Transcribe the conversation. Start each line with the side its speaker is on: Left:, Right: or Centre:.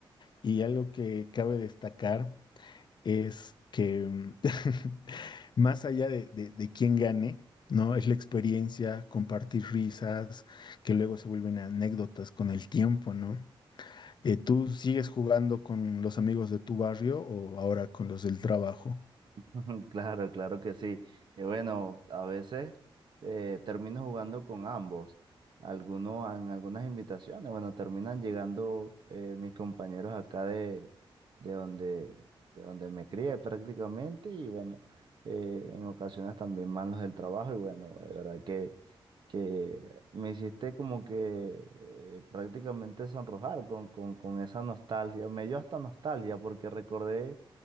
Left: Y algo que cabe destacar. es que mm, <laughs> más allá de, de, de quién gane, ¿no? Es la experiencia, compartir risas, que luego se vuelven anécdotas con el tiempo, ¿no? Eh, ¿tú sigues jugando con los amigos de tu barrio o ahora con los del trabajo?
Right: <laughs> Claro, claro que sí. Eh, bueno, a veces eh, termino jugando con ambos. Algunos, en algunas invitaciones, bueno, terminan llegando eh, mis compañeros acá de, de donde, de donde me crié prácticamente y bueno, eh, en ocasiones también manos del trabajo y bueno, de verdad que, que me hiciste como que eh, prácticamente sonrojar con, con, con esa nostalgia. Me dio hasta nostalgia porque recordé